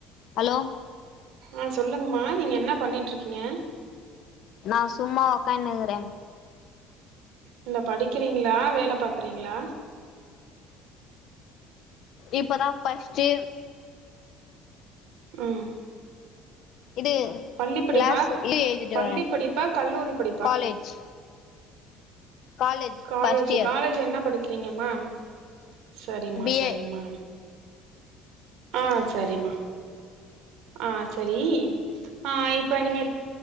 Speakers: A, on the left (about 55°); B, on the right (about 75°).
A: அலோ
B: அ சொல்லுங்மா நீங்க என்ன பண்ணிட்ருக்கீங்க
A: நா சும்மா ஒக்கானுக்குறே
B: இல்ல படிக்கிறீங்ளா வேல பாக்குறீங்ளா
A: இப்பதா பஸ்ட்டு
B: ம்
A: இது
B: பள்ளி படிப்பா
A: கிளாஸ் இது எழுதிட்டு
B: பள்ளி
A: வரே
B: படிப்பா கல்லூரி படிப்பா
A: college college
B: college
A: first year
B: college என்ன படிக்கிறீங்கம்மா செரிமா
A: பி
B: செரிமா
A: ஏ
B: ஆ செரிமா ஆ சேரி ஆ இப்ப நீங்க